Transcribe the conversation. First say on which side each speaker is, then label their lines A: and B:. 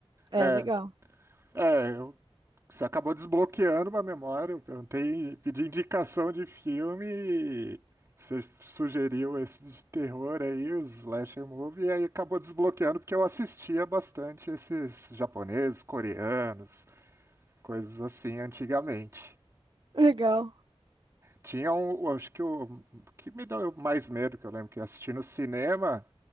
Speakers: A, on the right; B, on the right.
A: É,
B: É,
A: legal.
B: é, Você acabou desbloqueando uma memória. Eu perguntei, pedi indicação de filme e você sugeriu esse de terror aí, o slasher movie, e aí acabou desbloqueando porque eu assistia bastante esses japoneses, coreanos, coisas assim antigamente.
A: Legal.
B: Tinha um, eu acho que o que me deu mais medo, que eu lembro que eu assisti no cinema,